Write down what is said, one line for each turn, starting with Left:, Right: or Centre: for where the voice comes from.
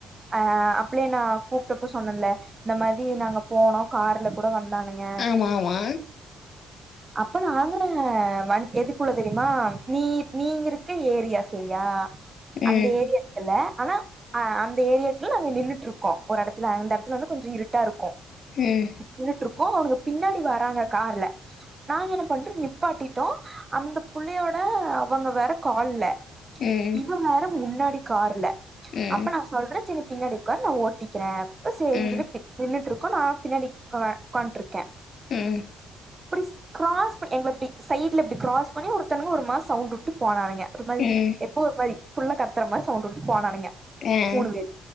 Right: ஆஹ் அப்படியே நா கூப்ட்டப்போ சொன்னன்ல இந்த மாதிரி நாங்க போனோ கார்ல கூட வந் ந்தானுங்க
Left: ஆமா ஆமா
Right: அப்ப நாங்க வண் எதுக்குள்ள தெரியுமா நீ நீங்க இருக்க ஏரியா சரியா
Left: ம்
Right: அந்த ஏரியாத்துல ஆனா அ அந்த ஏரியாக்குள்ள நாங்க நின்னுட்டு இருக்கோ ஒரு எடத்துல அந்த எடத்துல வந்து கொஞ்ச இருட்டா இருக்கு
Left: ம்
Right: நின்னுட்டு இருக்கோ அவுனுக பின்னாடி வராங்க கார்ல நாங்க என்ன பண்றோ நிப்பாட்டிட்டோ அந்த புள்ளையோட அவங்க வேற கால்ல
Left: ம்
Right: இவ வேற முன்னா டி கார்ல
Left: ம்
Right: அப்ப நா சொல்றே செரி நீ பின்னாடி உக்கார் நா ஓட்டிக்கிறே அப்ப செரின்
Left: ம்
Right: பின் நின்னுட்டு இருக் கோ நா பின்னாடி உக்கா உக்கான்ட்ருக்கே
Left: ம்
Right: அப்டிஸ் கிராஸ் எங்கள இப்டி சைட்ல இப்டி கிராஸ் பண்ணி ஒருத்தனுங்க ஒரு மார் சவுண்ட் வுட்டு போனானுங்க ஒருமாரி
Left: ம்
Right: எப்போ ஒருமாரி புள்ள கத்தரமாரி சவுண்ட் வுட்டு போனானுங்க
Left: ஆஹ்
Right: மூணு பேரு